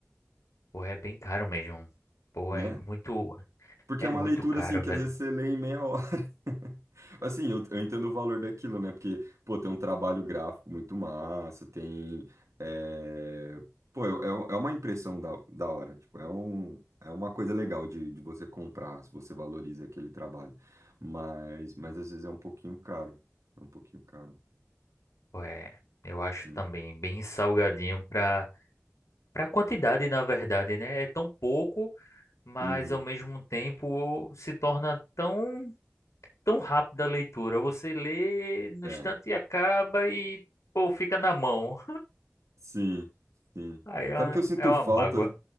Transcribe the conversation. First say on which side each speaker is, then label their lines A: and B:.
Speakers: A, on the left; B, on the right.
A: Pô, é bem caro mesmo. Pô,
B: Né?
A: é muito,
B: Porque
A: é
B: é uma
A: muito
B: leitura,
A: caro,
B: assim, que
A: velho.
B: às vezes você lê em meia hora. <laughs> Assim, eu, eu entendo o valor daquilo, né? Porque, pô, tem um trabalho gráfico muito massa, tem... é, Pô, é, é é uma impressão da, da hora. Tipo, é um, é uma coisa legal de, de você comprar, se você valoriza aquele trabalho. Mas, mas às vezes é um pouquinho caro. É um pouquinho caro.
A: Pô, é, eu acho
B: Uhum.
A: também bem salgadinho pra, pra quantidade, na verdade, né? É tão pouco mas
B: Uhum.
A: ao mesmo tempo se torna tão, tão rápida a leitura. Você lê no
B: É.
A: instante e acaba e pô, fica na mão.
B: Sim, sim.
A: Aí é
B: Sabe
A: uma
B: o que eu sinto
A: é uma
B: falta?
A: mágoa.